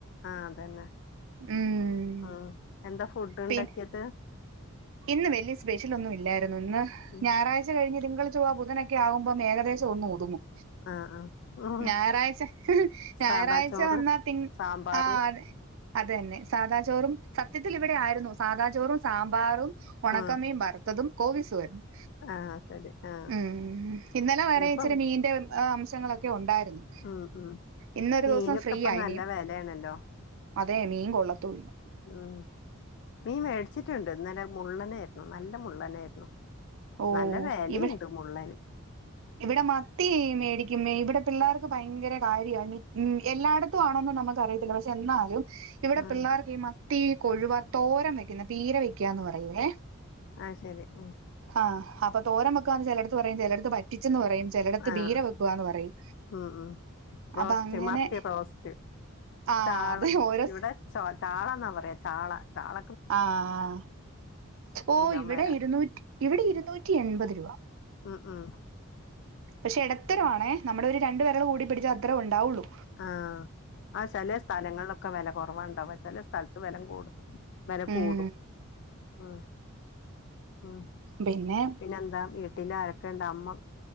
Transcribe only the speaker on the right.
ഉം
പിൻ ഇന്ന് വല്ല്യ സ്പെഷ്യലൊന്നും ഇല്ലായിരുന്നു, ഇന്ന്
ഞായറാ ച്ച കഴിഞ്ഞ് തിങ്കൾ ചൊവ്വ ബുധനൊക്കെ ആകുമ്പം ഒന്ന് ഏകദേശം ഒന്ന് ഒതുങ്ങും
ഞായറാഴ്ച ഞായറാഴ്ച
വന്നാ തി
ആ അതെ അതു തന്നെ സാദാ ചോറും സത്യത്തിൽ ഇവിടെ ആയിരുന്നു സാദാചോറും സാമ്പാറും ഉണക്കമീൻ
വറുത്തതും കോവീസ് തോരനും.
ഉം ഇന്നലെ വരെ
ഇച്ചിരി മീന്റെ അം ങ്ങളൊക്കെ ഉണ്ടായിരുന്നു
ഇന്നൊരു
ദിവസം ഫ്രീയാ
ഇനി
അതെ മീൻ കൊള്ളത്തുവില്ല
ഓ
ഇവിടെ
ഇവിടെ മത്തി മേടിക്കും ഇവിടെ പിള്ളേർക്ക് ഭയങ്കര കാര്യവാ എല്ലായിട ത്തും ആണോന്ന് നമുക്കറിയത്തില്ല പക്ഷെ എന്നാലും ഇവിടെ
പിള്ളേർക്ക് ഈ മത്തി, കൊഴുവ തോരൻ വെക്കുന്ന പീര വെക്കുകാന്ന് പറയുവേ
ആഹ് അപ്പ തോരൻ വെക്കുകാന്ന് ചിലടുത്ത് പറയും ചിലടുത്ത് വറ്റിച്ചെന്ന് പറയും ചെലടത്ത്
ബീര വെക്കുവാന്ന് പറയും
അപ്പൊ അങ്ങനെ
ആഹ്
അത് ഓരോ
ആഹ് ഓഹ്
ഇവിടെ
ഇരുന്നൂറ്റി ഇവിടെ ഇരുന്നൂറ്റി എൺപത് രൂപ
പക്ഷെ ഇടത്തരം ആണേ നമ്മുടെ ഒരു രണ്ട് വിരല് കൂട്ടി പിടിച്ചാൽ അത്രേം ഉണ്ടാവുള്ളു
ഉം
പിന്നെ